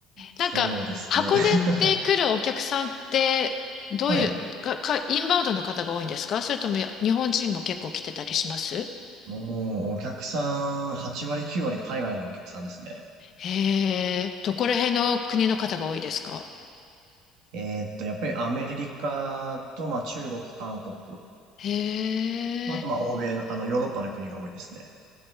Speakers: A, on the right; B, on the left.
A: そうですね。
B: なんか、箱根って来るお客さんって、
A: <laughs>
B: どういう、
A: はい。
B: か、か、インバウンドの方が多いんですかそれとも日本人も結構来てたりします
A: もう、お客さん、8割、9割海外のお客さんですね。
B: へえ、どこら辺の国の方が多いんですか
A: えーっと、やっぱりアメリカと、まあ、中国、韓国
B: へ
A: まあ、あと、
B: え、
A: まあ、欧米の、あの、ヨーロッパの国が多いですね。